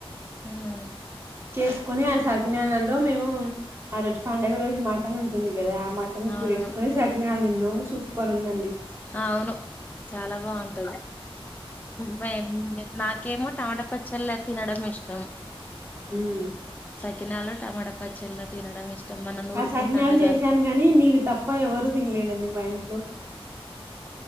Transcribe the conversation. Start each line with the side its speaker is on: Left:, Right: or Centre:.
Left: హ్మ్మ్
Right: చేసుకుొని ఆ సాకి నాలలో మేము ఆ రోజు పండుగ రోజు మాటన్ ఉంటుంది ది కదా ఆ మటన్
Left: అవునవును
Right: కురేసుకొని శకినాలు తిన్నాము సూపర్ ఉందండి
Left: అవును చాలా బాగుంటది మ నాకేమో టమాటా పచ్చళ్ళ తినడం ఇష్టం
Right: హ్మ్మ్
Left: సకినాలో టమాటా పచ్చళ్లా తినడం ఇష్టం మనం నూరుకుంటాం
Right: ఆ సకినాలు
Left: కదా
Right: చేసాను గాని నేను తప్ప ఎవరుూ తినలేనండి మా ఇంట్లో